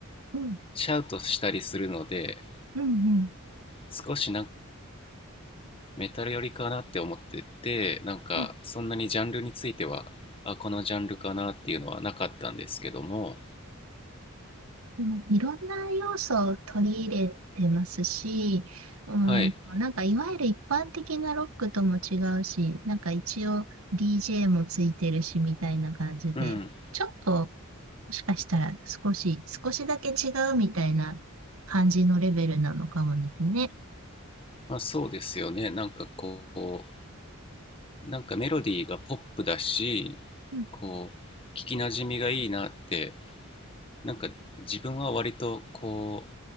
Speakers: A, on the right; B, on the left.
A: うん、
B: シャウトしたりするので、
A: うん、うん。
B: 少しなんかメタル寄りかなって思っててなんかそんなにジャンルについてはあこのジャンルかなっていうのはなかったんですけども
A: うんもういろんな要素を取り入れてますし、うん、
B: はい
A: なんかいわゆる一般的なロックとも違うし、なんか一応 DJ もついてるしみたいな感じで、
B: うん
A: ちょっともしかしたら少し、少しだけ違うみたいな感じのレベルなのかもですね。
B: まあそうですよねなんかこうなんかメロディーがポップだし
A: うん
B: こう聞きなじみがいいなってなんか自分は割とこ